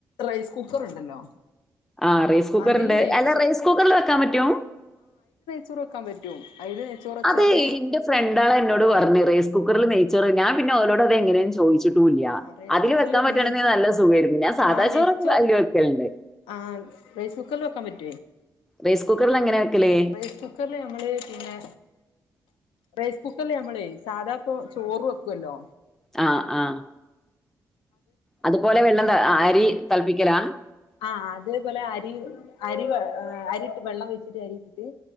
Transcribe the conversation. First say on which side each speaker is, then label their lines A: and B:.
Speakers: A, on the left (about 80°); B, in the centre.
A: റൈസ് കുക്കർ ഉണ്ടല്ലോ
B: ആ റൈസ് കുക്കർ
A: അതില്
B: ഉണ്ട്
A: നെയ്ച്ചു
B: അല്ല റൈസ് കുക്കറില് വെക്കാൻ പറ്റോ
A: ചുറക്കാൻ പറ്റും അയില് നെയ്ച്ചോറ് വെച്ചാല്
B: അതെ എന്റെ ഫ്രണ്ടാള എന്നോട് പറഞ്ഞഞ് റൈസ് കുക്കറിൽ ന ർ ഞാൻ പിന്നെ ഓലോഡ് അത് എങ്ങനെ ചോയ്ച്ചി ട്ടൂല്ല.
A: ആഹ് റൈസ്
B: അതില്
A: കുക്കറില്
B: വെക്കാൻ പറ്റണെങ്ക
A: നമ്മള്
B: നല്ല സുഖയിരുന്നു ഞാൻ സാദാ
A: ആഹ്
B: ചോറ്
A: നെയ്ച്ചോറ്
B: അതില് വെക്കലുണ്ട്
A: ആഹ് റൈസ് <unintelligible>
B: റൈസ് കുക്കറിൽ എങ്ങനെ വെക്കലേ
A: റൈസ് കുക്കറില് നമ്മള് പിന്നെ റൈസ് കുക്കറില് ഞമ്മളെ സാധാ ഇപ്പൊ ചോറ് വെക്ക്വല്ലോ
B: ആഹ് ആഹ് അതുപോലെ വെള്ള നെ ആയ തീ തെൾപിക്കലാ
A: ആ അത് ഇത്പോലെ അരി അരി അരിയിട്ട് വെള്ളം വെച്ചിട്ട് അരിയിട്ട്